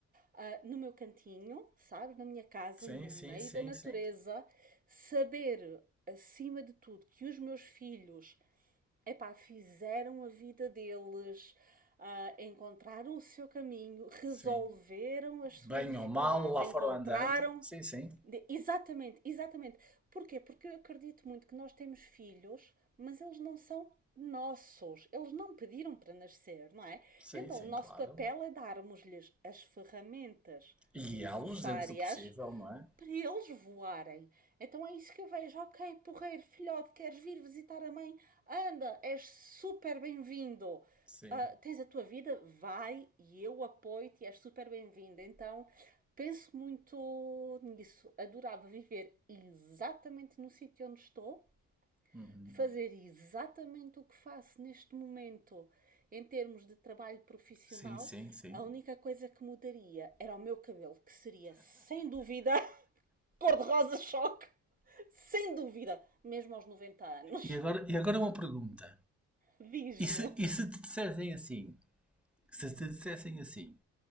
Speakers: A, on the right (about 30°); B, in the centre.
A: ah, no meu cantinho, sabe? Na minha casa,
B: Sim,
A: no
B: sim,
A: meio
B: sim,
A: da natureza,
B: sim.
A: saber acima de tudo que os meus filhos epá, fizeram a vida deles, ah, encontraram o seu caminho, resolveram
B: Sim.
A: as suas
B: Bem
A: dificuldades,
B: ou mal, lá
A: encontraram
B: foram andando. Sim, sim.
A: de- exatamente, exatamente. Porquê? Porque eu acredito muito que nós temos filhos, mas eles não são nossos. Eles não pediram para nascer, não é?
B: Sim,
A: Então,
B: sim,
A: o nosso
B: claro.
A: papel é darmos-lhes as ferramentas
B: E guiá-los
A: necessárias
B: dentro do possível, não é?
A: para eles voarem. Então é isso que eu vejo. Ok, porreiro, filhote, queres vir visitar a mãe? Anda, és super bem-vindo
B: Sim.
A: ah, tens a tua vida, vai e eu apoio-te e és super bem-vinda. Então, penso muito nisso. Adorava viver exatamente no sítio onde estou,
B: Uhum.
A: fazer exatamente o que faço neste momento em termos de trabalho profissional.
B: Sim, sim, sim.
A: A única coisa que mudaria era o meu cabelo, que seria sem dúvida <laughs> cor-de-rosa choque. Sem dúvida, mesmo aos 90 anos.
B: E agora, e agora uma pergunta.
A: <laughs> Diz-me.
B: E se, e se te dissessem assim? Se te dissessem assim,